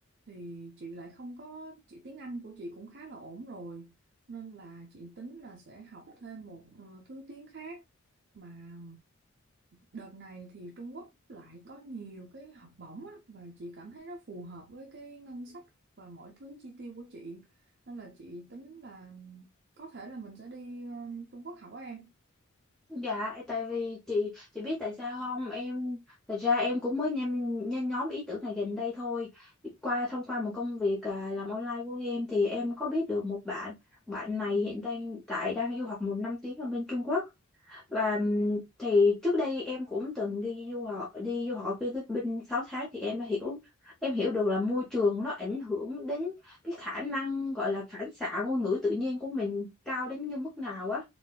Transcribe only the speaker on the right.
thì chị lại không có chị tiếng Anh của chị cũng khá là ổn rồi nên là chị tính là sẽ học thêm một ờ, thứ tiếng khác mà đợt này thì Trung Quốc lại có nhiều cái học bổng á và chị cảm thấy nó phù hợp với cái ngân sách và mọi thứ chi tiêu của chị nên là chị tính là có thể là mình sẽ đi ờ, Trung Quốc học á em